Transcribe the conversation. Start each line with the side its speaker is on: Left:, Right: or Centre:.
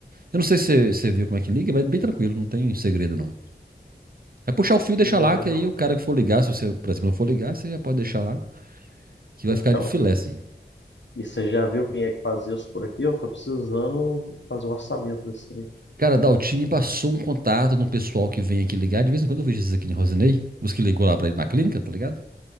Right: Eu não sei se você viu como é que liga, mas é bem tranquilo, não tem segredo não. É puxar o fio e deixar
Left: É,
Right: lá, que
Left: não.
Right: aí o cara que for ligar, se você, por exemplo, não for ligar, você já pode deixar lá, que vai
Left: Então,
Right: ficar de filé, assim.
Left: e você já viu quem é que fazia isso por aqui? Eu tô precisando fazer um orçamento desse trem.
Right: Cara, da Altim me passou um contato de um pessoal que vem aqui ligar. De vez em quando eu vejo esses aqui em Rosinei, os que ligou lá pra ir na clínica, tá ligado?